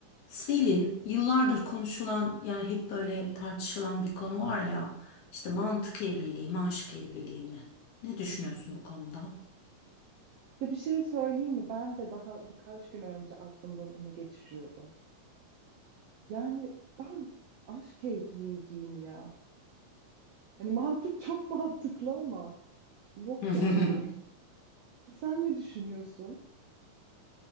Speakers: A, on the left (about 70°); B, on the right (about 80°).
A: Selin yıllardır konuşulan yani hep böyle tartışılan bir konu var ya işte mantık evliliği mi aşk evliliği mi? Ne düşünüyorsun bu konuda?
B: Ya bir şey söyleyeyim mi? Ben de daha birkaç gün önce aklımdan onu geçiriyordum. Yani ben aşk evliliğiciyim ya. Hani mantık <laughs> çok mantıklı ama yok
A: <laughs>
B: yani. Sen ne düşünüyorsun?